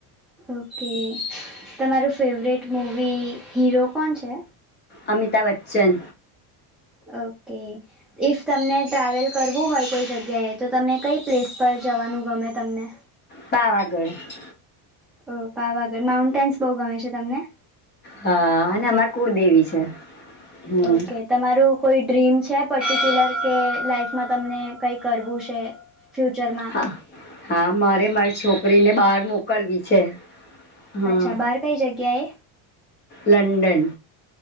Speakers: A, in the centre; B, on the left (about 20°).
A: ઓકે તમારું ફેવરેટ મૂવી હીરો કોણ છે.
B: અમિતાભ બચ્ચન
A: ઓકે. ઈફ તમને ટ્રાવેલ કરવું હોય કોઈ જગ્યાએ તો તમે કઈ પ્લેસ પર જવાનું ગમે તમને. <inaudible>
B: પાવાગઢ.
A: ઓ પાવાગઢ માઉન્ટેન્સ બહુ ગમે છે તમને.
B: હા અને અમાર કુળદેવી છે. હમ
A: ઓકે. તમારું કોઈ ડ્રીમ છે પર્ટિક્યુલર કે લાાઈફમાં તમને કઈ કરવું છે. ફ્યુચરમાં.
B: હા. હા મારે મારી છોકરીને બહાર મોકલવી છે. હા
A: અચ્છા બહાર કઈ જગ્યાએ
B: લંડન.